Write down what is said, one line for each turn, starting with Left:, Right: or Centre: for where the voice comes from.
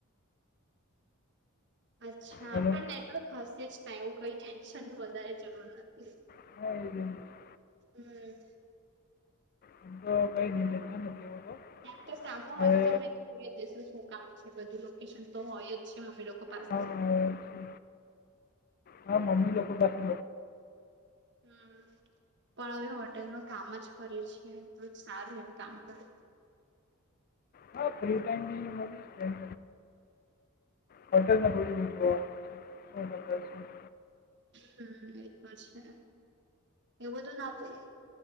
Right: અચ્છા
Left: હેલો
Right: પણ નેટવર્ક હશે જ ના એવું કઈ ટેન્શન ન વધારે જરૂર નથી હો
Left: હ
Right: હમ
Left: હ તો કઈ દ નથી તો
Right: એમ તો કામ ન
Left: હવે
Right: હોય તો તમે જોઈ જશો શું કામ છે બધું લોકેશન તો હોય જ અ મમ્ી લોકો પાસેસે
Left: હા, છે. હા મમ્મી લોકો પાસે
Right: હમ પણ હવે હોટેલમાં કામ જ કરે છેીએ તો સારું એમ કામ કરે
Left: હા ફ્રી ટાઈમ બપેન્ હોટેલમાં થોડી જોવાનું
Right: હમ એતો છે એવું બધું ના બોલે